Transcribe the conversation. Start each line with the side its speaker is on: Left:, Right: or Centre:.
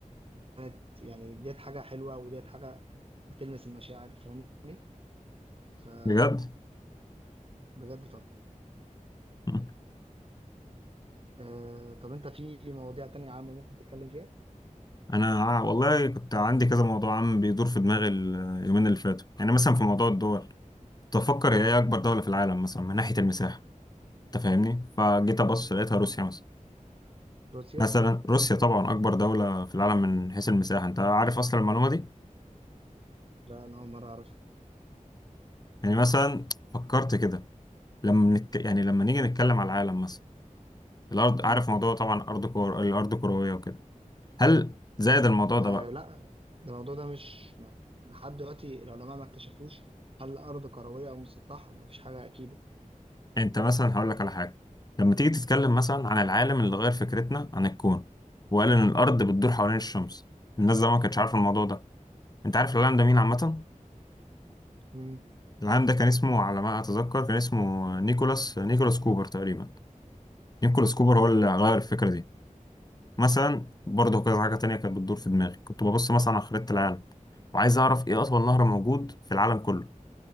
Right: كانت يعني ديت حاجة حلوة وديت حاجة بتلمس المشاعر فاهمني فبجد
Left: بجد
Right: طب
Left: مم.
Right: آه طب أنت في مواضيع تانية عامة ممكن تتكلم فيها
Left: انا ع- والله كنت عندي كذا موضوع عم بيدور في دماغي اليومين اللي فاتوا يعني مثلا في موضوع الدول كنت بفكر هي ايه اكبر دوله في العالم مثلا من ناحيه المساحه انت فاهمني فجيت ابص لقيتها روسيا مثلا
Right: روسيا
Left: مثلا روسيا طبعا اكبر دولة في العالم من حيث المساحة انت عارف اصلا المعلومة دي
Right: لا أنا أول مرة أعرف
Left: يعني مثلا فكرت كده لما نتك... يعني لما نيجي نتكلم على العالم مثلا الارض
Right: مم.
Left: عارف موضوع طبعا ارض كور... الارض كروية وكده هل زائد الموضوع ده
Right: آه
Left: بقى
Right: لا ده الموضوع ده مش ما- لحد دلوقتي العلماء ما اكتشفوش هل الأرض كروية أو مسطحة ما فيش حاجة أكيدة
Left: انت مثلا هقول لك على حاجة لما تيجي تتكلم مثلا
Right: مم.
Left: عن العالم اللي غير فكرتنا عن الكون وقال ان الارض بتدور حوالين الشمس الناس زمان ما كانتش عارفة الموضوع ده انت عارف العالم ده مين عامة
Right: مم.
Left: العالم ده كان اسمه على ما اتذكر كان اسمه نيكولاس نيكولاس كوبر تقريبا نيكولاس كوبر
Right: مم.
Left: هو اللي غير الفكرة دي مثلا برضه كذا حاجة تانية كانت بتدور في دماغي كنت ببص مثلا على خريطة العالم وعايز أعرف إيه أطول نهر موجود في العالم كله